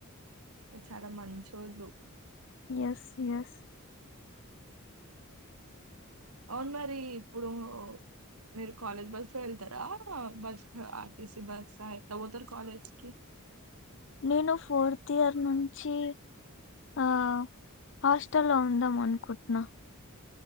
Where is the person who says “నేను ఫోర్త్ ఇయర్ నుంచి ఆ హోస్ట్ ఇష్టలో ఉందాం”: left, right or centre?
Left